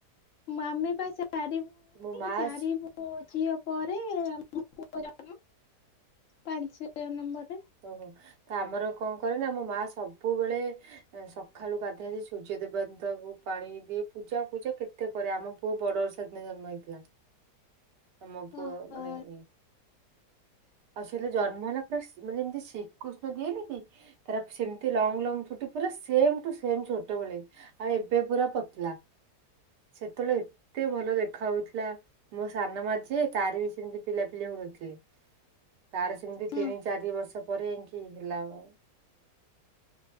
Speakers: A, on the left; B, on the right.
A: ମାମି ପାଇଁ ସାରିବୁ
B: ମୋ ମା
A: ଚାରି ବୁ। ଝିଅ ପରେ ଆମ <inaudible> ପାଞ୍ଚ ନମ୍ବର
B: ଓହୋ ତ ଆମର କଣ କରେ ନା ଆମ ମା ସବୁବେଳେ ସ ସଖାଳୁ ଗାଧିଆ ସୂର୍ଯ୍ୟ ଦେବତାଙ୍କୁ ପାଣି ଦିଏ ପୂଜା ପୂଜା କେତେ କରେ ଆମ ପୁଅ ବଡ଼ର ସେଦିନ ନଇଥିଲା ଆମ ପୁଅ
A: ଓହୋ
B: ମାନେଇ ଆଉ ସେତ ଜନ୍ମ ହେଲା ପୁରା ମାନେ ଯେମିତି ଶ୍ରୀକୃଷ୍ଣ ଦିଏନି କି ତାରା ସେମିତି ଲଙ୍ଗ ଲଙ୍ଗ ଚୁଟି ପୁର ସେମ ଟୁ ସେମ ଛୋଟବେଳେ ଆଉ ଏବେ ପୁରା ପତଲା। ସେତଳେ ଏତେ ଭଲ ଦେଖା ହଉଥିଲା ମୋ ସାନ ମା, ଯିଏ ତାର ବି ସେମିତି ପିଲାପିଲି ହଉ ନ ଥିଲେ ତାର ସେମିତି
A: ହଁ
B: ତିନି ଚାରି ବର୍ଷ ପରେ ଯାଇକି ହେଲା ଆଉ